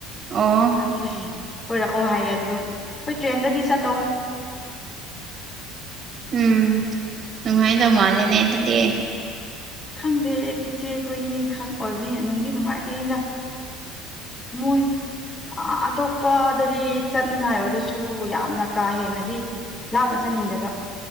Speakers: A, on the right; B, on the left.
A: ꯑꯣ
B: ꯑꯗꯨꯒꯤ ꯀꯣꯏꯔꯛꯑꯣ ꯍꯥꯏꯌꯦ ꯑꯗꯨ ꯑꯩꯈꯣꯏ ꯇ꯭ꯔꯦꯟꯗꯗꯤ ꯆꯠ
A: ꯎꯝ ꯅꯉꯥꯏꯗ ꯃꯥꯅꯅꯦ ꯑꯗꯨ ꯗ
B: ꯈꯪꯗꯦ ꯏꯆꯦꯈꯣꯏ ꯏꯅꯤ ꯈꯛ ꯑꯣꯏꯕꯅꯤꯅꯦ ꯅꯨꯡꯒꯤ ꯅꯨꯡꯉꯥꯏꯈꯩꯅꯤꯗ ꯃꯣꯏ ꯑꯇꯣꯞꯄꯗꯗꯤ ꯆꯠꯅꯤꯡꯉꯥꯏ ꯑꯣꯏꯔꯁꯨ ꯁꯨ ꯌꯥꯝꯅ ꯀꯥ ꯍꯦꯟꯅꯗꯤ ꯂꯥꯞꯅ ꯆꯟꯅꯤꯡꯗꯕ